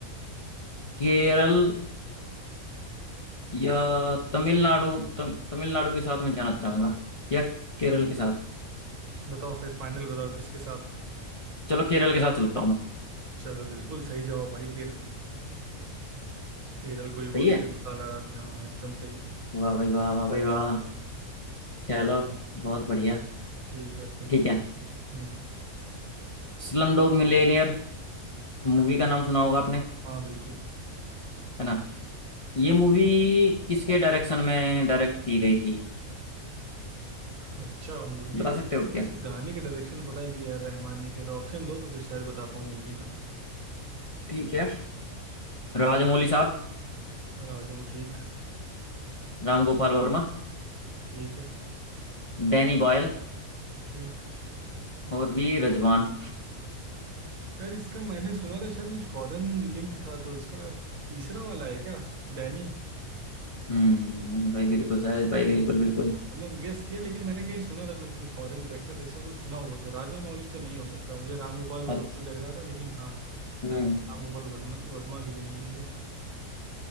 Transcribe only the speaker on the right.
तो
केरल
जाओ
बताओ फिर फाइनल बताओ किसके साथ
चलो बिल्कुल सही जवाब भाई केरल को केरल को ही
बोलते
हैं मसाला राज्य हाँ हाँ, एकदम सही है
ठीक है अब तुम
पूछो
हम्म
हाँ
हाँ बिल्कुल
अच्छा मूवी
का मुझे
पता
है इसके गाने का डायरेक्शन पता है कि यार रहमान ने किया था ऑप्शन दो तो फिर शायद बता पाऊँ मूवी का
राजा ठीक
ठीक है
ठीक
यार इसका मैंने सुना था शायद कुछ फॉरेन लिंक था तो इसका तीसरा वाला है क्या डैनी
मतलब गेस किया लेकिन मैंने कहीं सुना था कोई कि फॉरेन डायरेक्टर ऐसा कुछ सुना हुआ था राजा मौली तो नहीं हो सकता मुझे राम गोपाल वर्मा
भी लग रहा था लेकिन हाँ
राम गोपाल वर्मा वर्मा की भी नहीं है ये